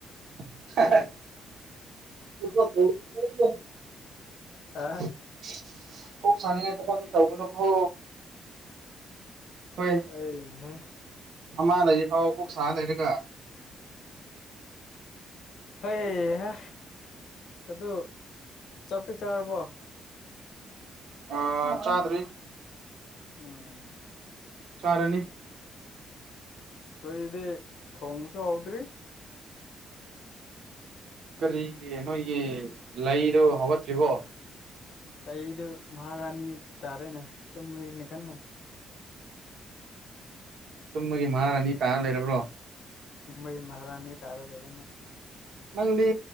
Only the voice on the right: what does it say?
<unintelligible>
ꯀꯣꯛ ꯁꯥꯅꯤꯉꯥꯏ ꯊꯕꯛꯇꯤ ꯇꯧꯒ ꯅꯨꯀꯣ ꯍꯣꯏ
ꯑꯃꯥ ꯂꯩꯔꯤ ꯐꯥꯎ ꯀꯣꯛ ꯁꯥ ꯂꯩꯔꯒ
ꯑ ꯆꯥꯗ꯭ꯔꯤ
ꯆꯥꯔꯅꯤ
ꯀꯔꯤꯒꯤ ꯅꯣꯏꯒꯤ ꯂꯩꯗꯣ ꯍꯧꯒꯠꯇ꯭ꯔꯤꯕꯣ
ꯇꯨꯝꯕꯒꯤ ꯃꯍꯥꯔꯥꯅꯤ ꯇꯥꯔ ꯂꯩꯔꯕ꯭ꯔꯣ
ꯅꯪꯗꯤ